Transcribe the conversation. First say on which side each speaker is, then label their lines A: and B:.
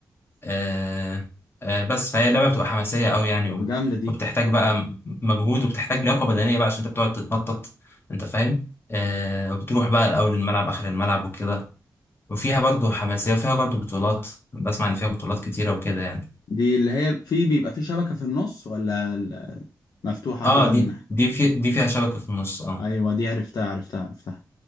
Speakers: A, on the left; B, on the left.
A: آه آه بس فهي اللعبة بتبقى حماسية أوي يعني
B: طب
A: و-
B: جامدة دي
A: وبتحتاج بقى م- مجهود وبتحتاج لياقة بدنية بقى عشان أنت بتقعد تتنطط أنت فاهم آه وبتروح بقى الأول الملعب آخر الملعب وكده وفيها برضو حماسية وفيها برضو بطولات بسمع إن فيها بطولات كتيرة وكده يعني
B: دي اللي هي في بيبقى في شبكة في النص ولا ال- مفتوحة
A: اه
B: كده
A: دي
B: من ناحية
A: دي في دي فيها شبكة في النص اه
B: ايوه دي عرفتها عرفتها عرفتها